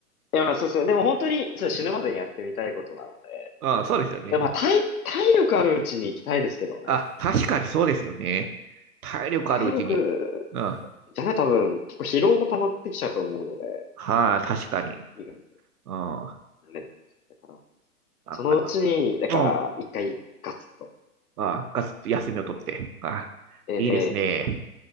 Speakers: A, on the left; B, on the right.
A: いや、まあそうですね。でも本当に、そう、
B: うん。
A: 死ぬまでにやってみたいことなので。
B: ああそうですよね。
A: で、まあ、体、体力あるうちに行きたいですけどね。
B: あ、確かにそうですよね。体力あるうちに。
A: 体力、
B: うん。
A: じゃね、多分、結構疲労も溜まってきちゃうと思うので、
B: はあ確かに。
A: 意外に
B: うん。な
A: なれない。だから、そのうちに、
B: んかな。
A: だから、
B: うん。あ
A: 一回ガツッと。
B: あ、がっつり休みを取って。ああ、
A: ええ
B: いいですね。